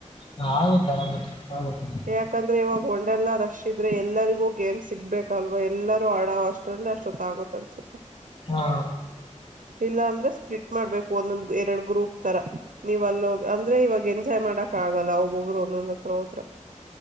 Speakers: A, on the left; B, on the right.
A: ಹ ಆೌದು ಆರಾಮ ಆಗುತ್ತೆ
B: ಯಾಕಂದ್ರೆ ಇವಾಗ ಉೊಂಡೆಲ್ಲ ರಷ್ಟ ಷ್ಟ ಇದ್ರೆ ಎಲ್ಲರಿಗೂ ಗೇಮ್ ಸಿಗ್ಬೇಕಲ್ವಾ ಎಲ್ಲರೂ ಆಡೋ ಅಷ್ಟ್ರಲ್ಲೇ ಅಷ್ಟೊತ್ ಆಗತ್ ಅನ್ಸೊಲ್ಪ
A: ಹಾ
B: ಇಲ್ಲ ಅಂದ್ರೆ ಸ್ಪ್ಲಿಟ್ ಮಾಡ್ಬೇಕು ಒಂದೊಂದ್ ಎರಡ್ ಗ್ರೂಪ್ ತರ ನೀವ್ ಅಲ್ಲಿೋಗ ಅಂದ್ರೆ ಇವಾಗ ಎಂಜಾಯ್ ಮಾಡಕ್ ಆಗಲ್ಲ ಒಬ್ಬೊಬ್ಬರು ಒಂದೊಂದ ಹತ್ರ ಕೋತ್ರ